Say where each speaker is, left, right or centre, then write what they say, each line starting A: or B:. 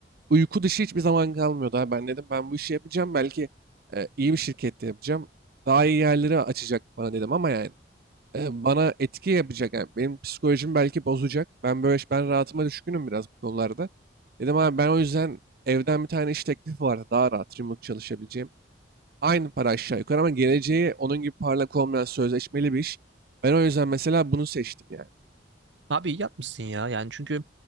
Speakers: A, on the right; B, on the right.
A: Uyku dışı hiçbir zaman kalmıyordu. abi. Ben dedim ben bu işi yapacağım. Belki e, iyi bir şirkette yapacağım. Daha iyi yerleri açacak bana dedim ama yani. e, bana etki yapacak. Yani benim psikolojimi belki bozacak. Ben böyle ben rahatıma düşkünüm biraz bu konularda. Dedim abi ben o yüzden evden bir tane iş teklifi vardı. Daha rahat remote çalışabileceğim. Aynı para aşağı yukarı ama geleceği onun gibi parlak olmayan sözleşmeli bir iş. Ben o yüzden mesela bunu seçtim yani.
B: Abi iyi yapmışsın ya yani çünkü